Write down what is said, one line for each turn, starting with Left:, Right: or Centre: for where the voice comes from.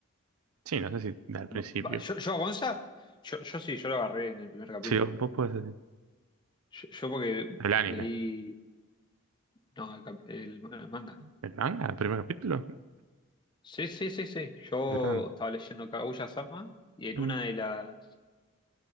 Right: sí, no sé si al principio.
Left: Va- va, Yo, yo a Gonza, yo, yo sí, yo lo agarré en el primer capítulo.
Right: Sí, vos, vos podés decir.
Left: Yo, yo porque
Right: El anime.
Left: leí no, el, cap- el ma- el manga.
Right: ¿El manga? ¿El primer capítulo?
Left: Sí, sí, sí, sí. Yo
Right: qué Grande.
Left: estaba leyendo Kaguya-sama y en
Right: Mm.
Left: una de las,